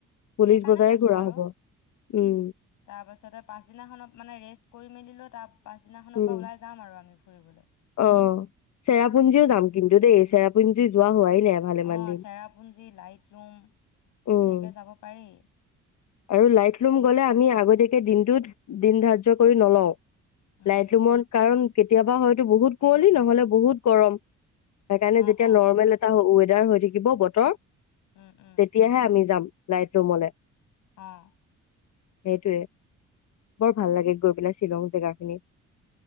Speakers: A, on the left; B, on the left.
A: পুলিচ
B: সেইকাৰণে
A: বজাৰে
B: কৈছো
A: ঘূৰা
B: আৰু।
A: হব উম
B: তাৰপাছতে পাছদিনাখনত মানে ৰেষ্ট কৰি মেলি। ত <unintelligible> পাছদিনাখনৰ
A: উম
B: পৰা ওলাই যাম আৰু আমি ফুৰিবলে।
A: অ' চেৰাপুঞ্জীও যাম কিন্তু দেই চেৰাপুঞ্জী জী যোৱা হোৱাই নাই ভালেমান
B: অ'
A: দিন
B: চেৰাপুঞ্জী, লাইতলুম
A: উম
B: এনেকে যাব পাৰি।
A: আৰু লাইত লুম গ'লে আমি আগতীয়াকে দিনটোত দিন ধাৰ্য কৰি নলওঁ।
B: উম
A: লাইতলুমত কাৰণ কেতিয়াবা হয়তো টো বহুত কুঁৱলী নহ'লে বহুত গৰম সেইকাৰণে
B: অ
A: যেতিয়া
B: অ
A: নৰ্মেল এটা হ - ৱে দাৰ হৈ থাকিব বতৰ।
B: উম উম
A: তেতিয়াহে আমি যাম। লাইত ৰূমলে।
B: অঁ।
A: সেইটোৱে। বৰ ভাল লাগে গৈ পেলাই শ্বিলং জেগাখিনি